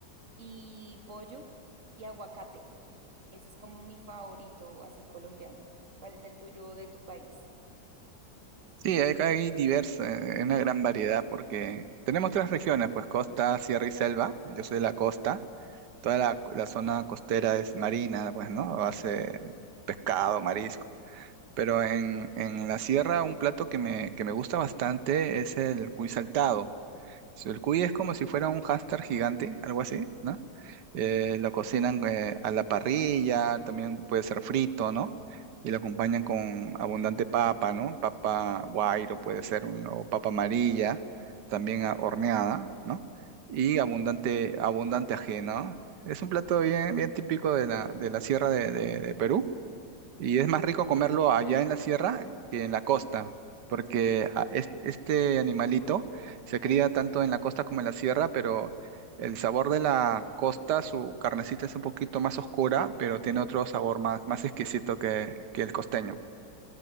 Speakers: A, on the right (about 40°); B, on the right (about 75°).
A: y pollo y aguacate. Ese es como mi favorito, así colombiano. ¿Cuál es el tuyo de tu país?
B: Sí, sí, hay, hay diversa, eh, una gran variedad porque tenemos tres regiones, pues costa, sierra y selva. Yo soy de la costa. Toda la, la zona costera es marina, pues, ¿no? Hace pescado, marisco. Pero en, en la sierra un plato que me, que me gusta bastante es el cuy saltado. So, El cuy es como si fuera un hámster gigante, algo así, ¿no? Eh, lo cocinan eh, a la parrilla, también puede ser frito, ¿no? Y lo acompañan con abundante papa, ¿no? Papa guairo puede ser, un- o papa amarilla, también ah, horneada, ¿no? Y
A: Sí.
B: abundante, abundante ají, ¿no? Es un plato bien, bien típico de la, de la sierra de de- de Perú y es más rico comerlo allá en la sierra que en la costa, porque a- es- este animalito se cría tanto en la costa como en la sierra, pero el sabor de la costa, su carnecita es un poquito más oscura, pero tiene otro sabor más, más exquisito que, que el costeño.